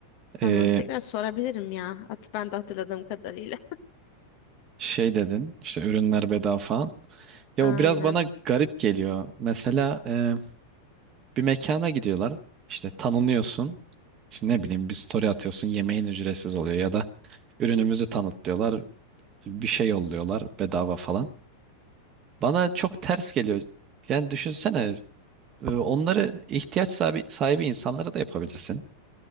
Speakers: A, on the left; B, on the right.
A: Tamam
B: Ee,
A: tekrar sorabilirim ya. At ben de hatırladığım kadarıyla.
B: şey dedin işte ürünler bedava falan. Ya
A: Aynen.
B: o biraz bana garip geliyor. Mesela e, bir mekana gidiyorlar. İşte tanınıyorsun. İşte ne bileyim bir story atıyorsun yemeğin ücretsiz oluyor ya da ürünümüzü tanıtlıyorlar bir şey yolluyorlar bedava falan. Bana çok ters geliyor. Yani düşünsene e, onları ihtiyaç sahibi, sahibi insanlara da yapabilirsin.